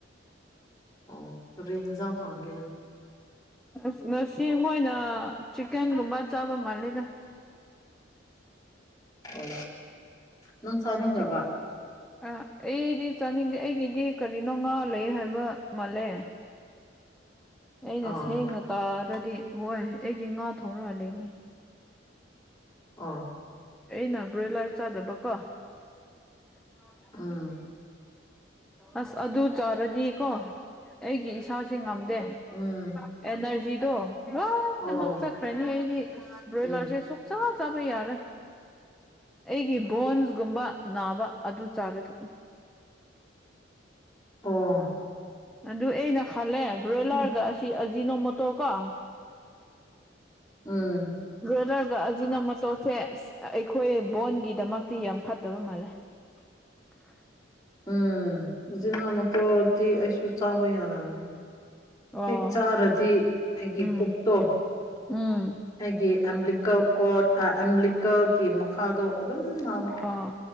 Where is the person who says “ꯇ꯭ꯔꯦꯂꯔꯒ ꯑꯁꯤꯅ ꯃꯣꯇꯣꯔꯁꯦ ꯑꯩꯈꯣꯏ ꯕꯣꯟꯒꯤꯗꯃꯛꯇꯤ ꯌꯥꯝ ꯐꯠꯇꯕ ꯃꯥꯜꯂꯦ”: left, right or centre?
Centre